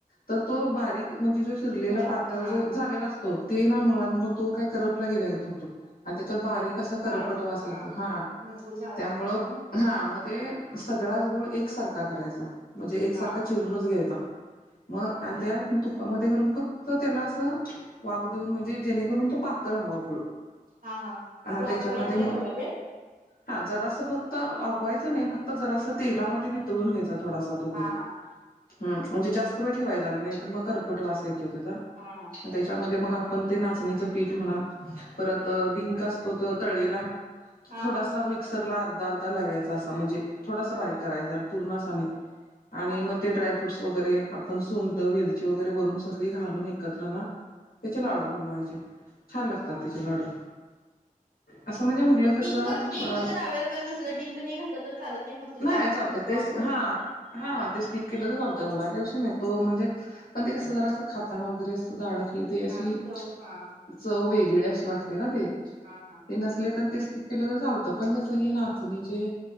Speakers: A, on the left; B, on the right.
A: तर तो बारीक म्हणजे जो चिरलेला
B: होणार
A: पातळ
B: नाही हा
A: जे झालेला असतो, ते ना मुळात मग तो काय करपला गेला गत होतो. आणि त्याच्यात
B: होय
A: बारीक असा करपट
B: भाज
A: वास येतो. हा,
B: भरपूर भाजलं
A: त्यामुळं
B: जातं ना
A: हा मग ते, सगळाच गुळ एकसारखा करायचा. म्हणजे एकसारखा
B: हा
A: चिरूनच घ्यायचा. मग
B: हा
A: आणि
B: हा
A: त्या तुपामध्ये घालून फक्त त्याला असं वाफ देऊन, म्हणजे जेणेकरून तो पातळ व्हावा गुळ.
B: हा हा, वाफवायचं
A: त्याच्यामध्ये मग
B: काय थोडा वेळ.
A: हा जरासं फक्त, वाफवायचं नाही, फक्त जरासं तेलामध्ये वितळून घ्यायचा थोडासा तो गुळ.
B: हा हा
A: हम म्हणजे जास्त वेळ ठेवायचा नाही, नाही तर मग करपट वास येतो त्याचा.
B: हा हा
A: त्याच्यामध्ये मग आपण ते नाचणीचं पीठ म्हणा परत अ डिंक असतो तो तळलेला.
B: हा
A: थोडासा
B: हा
A: मिक्सर ला अर्धा अर्धा लावायचा, असा म्हणजे थोडासा बारीक करायचा पूर्ण असा नाही. आणि
B: हा हा
A: मग ते ड्रायफ्रूट्स वगैरे आपण सुंट, वेलची वगैरे वरून सगळी घालून एकत्र ना त्याचे लाडू बनवायचे. छान लागतात
B: हा,
A: त्याचे लाडू असं म्हणजे मुलं कसं
B: डिंक डिंक
A: अ
B: जर अव्हेलेबल नस् डिंक नाही घातलं तर चालत नाही, फक्त जास्त
A: नाही चालतंय
B: तूप
A: तेच
B: वापरून?
A: हा
B: हा
A: ते स्किप केलं तर चालतं एवढा का विषय नाही, तो म्हणजे पण ते कसं जरा असं खाताना वगैरे असं दाडाखाली ते अशी,
B: हा चव हा
A: चव वेगळी अशी वाटते ना ते.
B: हा हा.
A: ते नसले तर ते स्किप केलं तर चालतं, पण कसं हे नाचणीचे